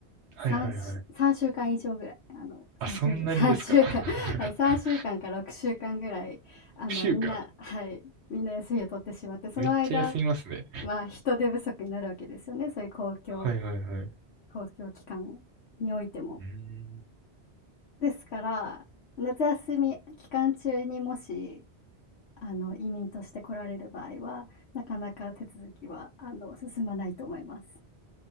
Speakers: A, on the right (about 80°); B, on the left (about 75°).
A: はいはいはい。
B: 3し、三週間以上ぐらい、あの、
A: あ、
B: 3週、
A: そんなにですか。
B: <laughs> 三週間、
A: <laughs>
B: <laughs> はい、3週間か6週間ぐらい、
A: 6週間。
B: あの、みんな、はい、みんな休みを取ってしまって、その間、
A: めっちゃ休みますね。
B: まあ、人手不足になるわけですよね、そういう公共、
A: はいはいはい。う
B: 公共機関においても。
A: ーん。
B: ですから、夏休み期間中にもし、あの、移民として来られる場合は、なかなか手続きは、あの、進まないと思います。